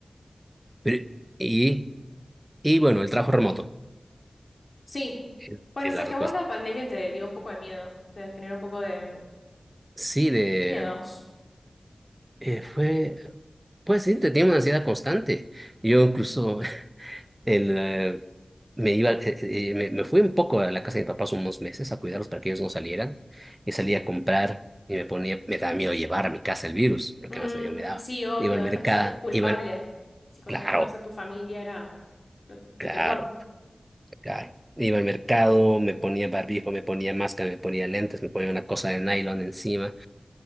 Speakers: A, on the right (about 20°); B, on the left (about 50°).
A: Pero, y, y bueno, el trabajo remoto
B: Sí.
A: es
B: Bueno,
A: es
B: o sea
A: la
B: que
A: respuesta.
B: a vos la pandemia te dio un poco de miedo, te generó un poco de mm,
A: Sí, de,
B: miedos.
A: eh, fue, pues sí, tenía una ansiedad constante. Yo incluso <laughs> el, eh, me iba, eh, eh, me, me fui un poco a la casa de mis papás unos meses a cuidarlos para que ellos no salieran. Y salía a comprar y me ponía, me daba miedo llevar a mi casa el virus, lo
B: Mm,
A: que más miedo me daba.
B: sí, obvio,
A: Iba al
B: después
A: mercado,
B: te sentías culpable.
A: iba al-
B: Si contagiabas
A: claro.
B: a tu familia era lo-
A: Caro,
B: de terror.
A: caro. Iba al mercado, me ponía barbijo, me ponía máscara, me ponía lentes, me ponía una cosa de nylon encima.